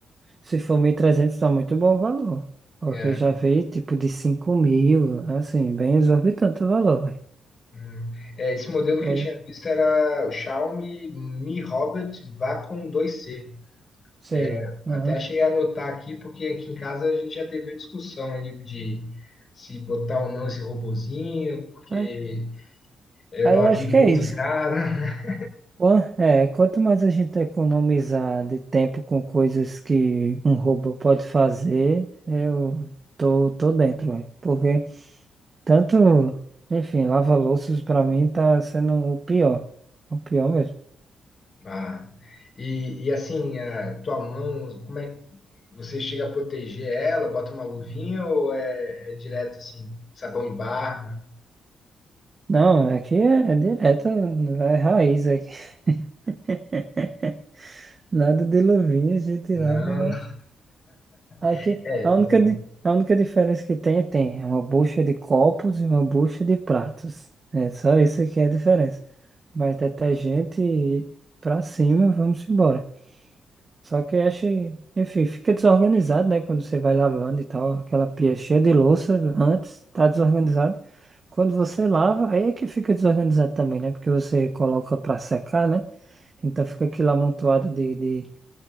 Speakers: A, on the right; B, on the left.
A: Se for 1.300 tá muito bom o valor. Porque
B: É,
A: eu já vi tipo de cinco mil, assim, bem exorbitante o valor, velho.
B: hum. É, esse modelo
A: É,
B: que eu tinha visto era o Xiaomi Mi Robot Vacuum dois c
A: sei.
B: É,
A: Aham.
B: Até cheguei a anotar aqui, porque aqui em casa a gente já teve uma discussão aí de se botar ou não esse robozinho, porque
A: É,
B: eu
A: aí
B: não
A: eu
B: ajudo
A: acho que
B: muito
A: é isso.
B: em casa. <laughs>
A: Quan- É, quanto mais a gente economizar de tempo com coisas que um robô pode fazer, eu tô, tô dentro, velho. Porque tanto, enfim, lava-louças pra mim tá sendo o pior. O pior mesmo.
B: Ah, e, e assim, a tua mão, como é que você chega a proteger ela? Bota uma luvinha ou é, é direto assim, sabão em barra?
A: Não, aqui é, é direto, é raiz aqui. <laughs> Nada de luvinha, a gente
B: Não,
A: lava. né? Aqui,
B: <laughs> é,
A: a
B: então.
A: única, di- a única diferença que tem, tem. É uma bucha de copos e uma bucha de pratos. É só isso que é a diferença. Mas detergente e pra cima, vamos embora. Só que acho, enfim, fica desorganizado, né? Quando você vai lavando e tal, aquela pia cheia de louça antes, tá desorganizado. Quando você lava, aí é que fica desorganizado também, né? Porque você coloca pra secar, né? Então fica aquilo amontoado de, de,